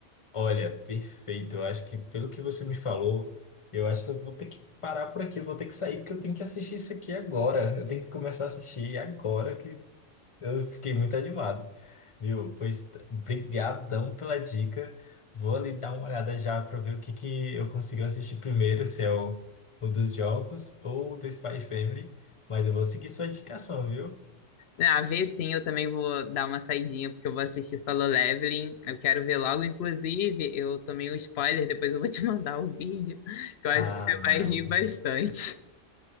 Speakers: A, on the left (about 35°); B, on the left (about 65°).
A: Olha, perfeito. Eu acho que pelo que você me falou, eu acho que eu vou ter que parar por aqui, eu vou ter que sair porque eu tenho que assistir isso aqui agora. Eu tenho que começar a assistir agora que eu fiquei muito animado. Viu? Pois t- brigadão pela dica. Vou ali dar uma olhada já para ver o que que eu consigo assistir primeiro, se é o, o dos jogos ou o do Spy Family, mas eu vou seguir sua indicação, viu?
B: Ah, ver sim, eu também vou dar uma saidinha, porque eu vou assistir Solo Leveling. Eu quero ver logo, inclusive, eu tomei um spoiler, depois eu vou te <laughs> mandar o vídeo, que eu
A: Ah,
B: acho que você
A: não.
B: vai rir bastante.